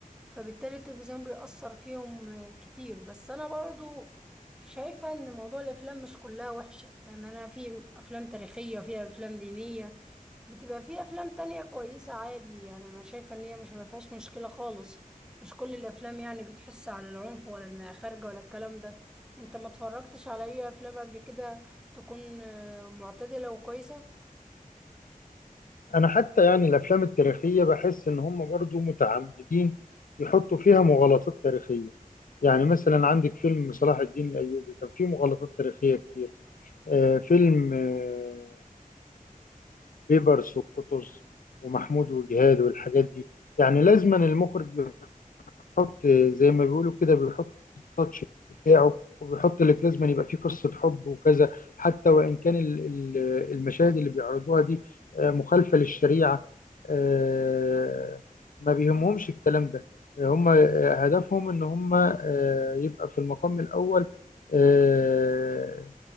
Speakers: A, in the centre; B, on the left.
A: فبالتالي التلفزيون بيأثر فيهم كتير بس انا برضو شايفة ان موضوع الافلام مش كلها وحشة لان انا في افلام تاريخية فيها افلام دينية بتبقى في افلام تانية كويسة عادي يعني انا شايفة ان هي مش ما فيهاش مشكلة خالص مش كل الافلام يعني بتحس على العنف ولا انها خارجه ولا الكلام ده انت ما اتفرجتش على اي افلام قبل كده تكون آه، معتدله وكويسه
B: أنا حتى يعني الأفلام التاريخية بحس إن هم برضو متعمدين يحطوا فيها مغالطات تاريخية يعني مثلا عندك فيلم صلاح الدين الأيوبي كان فيه مغالطات تاريخية كتير آه، فيلم آه، بيبرس وقطز ومحمود وجهاد والحاجات دي يعني لازما المخرج بيحط آه، زي ما بيقولوا كده بيحط التاتش بتاعه وبيحط لك لازما يبقى فيه قصة حب وكذا حتى وإن كان ال- ال- المشاهد اللي بيعرضوها دي آه، مخالفة للشريعة آه، ما بيهمهمش الكلام ده هم آه، هدفهم ان هم آه، يبقى في المقام الأول آه،